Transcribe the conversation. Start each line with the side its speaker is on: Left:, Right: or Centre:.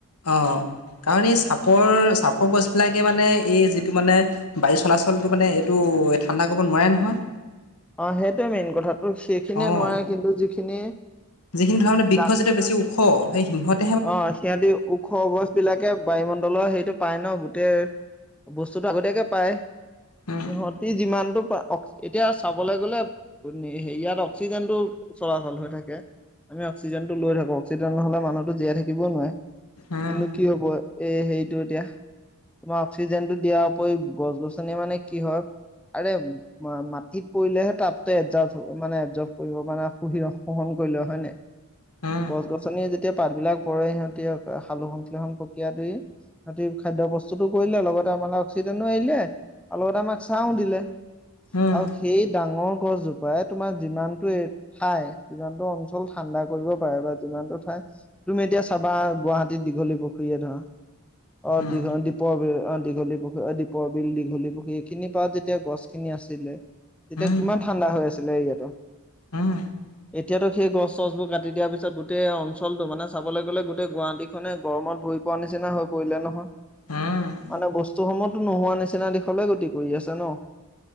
Left: অ' কাৰণ এই চাপৰ চাপৰ গছবিলাকে মানে এই যিটো মানে বায়ু চলাচলটো মানে এইটো ঠাণ্ডা কৰিব নোৱাৰে নহয়।
Centre: অ' সেইটোয়ে মেইন কথা, ত' সেইখিনিয়ে
Left: অ',
Centre: নোৱাৰে কিন্তু যিখিনি
Left: যিখিনি ধৰা মানে বৃক্ষ
Centre: ডা
Left: যেতিয়া বেছি ওখ সেই সিহঁত
Centre: অ' সিহঁতি ওখ গছবিলাকে বায়ুমণ্ডলৰ সেইটো পাই ন' গোটেই বস্তুতটো আগতীয়াকে পাই।
Left: উম
Centre: সিহঁতি যিমানটো অ' এতিয়া চাবলৈ গ'লে ইয়াত অক্সিজেনটো চলাচল হৈ থাকে। আমি অক্সিজেনটো লৈ থাকো, অক্সিজেন নহ'লে মানুহতো জীয়াই থাকিবও নোৱাৰে
Left: উম
Centre: কিন্তু কি হ'ব, এই হেৰিটো এতিয়া? তোমাৰ অক্সিজেনটো দিয়াৰ উপৰি গছ গছনি মানে কি হয়, আৰে মাটিত পৰিলেহে তাপটো মানে এডজাষ্ট কৰিব মানে শোহন কৰি লয় হয় নাই?
Left: উম
Centre: গছ গছনি যেতিয়া পাতবিলাক পৰে সিহঁতি সালোক সংশ্লেষণ প্ৰক্ৰিয়া দি সিহঁতি খাদ্য প্ৰস্তুতো কৰিলে লগতে আমালে অক্সিজেনো এৰিলে। আৰু লগতে আমাক ছাওঁ দিলে।
Left: উম
Centre: আৰু সেই ডাঙৰ গছজোপাই তোমাৰ যিমানটো ঠাই যিমানটো অঞ্চল ঠাণ্ডা কৰিব পাৰে বা যিমানটো ঠাই তুমি এতিয়া চাবা গুৱাহাটীত দীঘলী পুখুৰীয়ে ধৰা অ'
Left: উম
Centre: দীঘ দীপৰ বিল, অ' দীঘলী পুখুৰী, অ' দীপৰ বিল, দীঘলী পুখুৰী এইখিনি পা যেতিয়া গছ খিনি আছিলে তেতিয়া
Left: উম
Centre: কিমান ঠাণ্ডা হৈ আছিলে এৰিয়াতো।
Left: উম
Centre: এতিয়াতো সেই গছ চছবোৰ কাটি দিয়াৰ পিছত গোটেই অঞ্চলটো মানে চাবলে গ'লে গোটেই গুৱাহাটী খনে গৰমত ভুৰি পোৱা নিচিনা হৈ পৰিলে নহয়।
Left: উম উম উম
Centre: মানে বস্তুসমূহতো নোহোৱা নিচিনা দিশলৈ গতি কৰি আছে ন।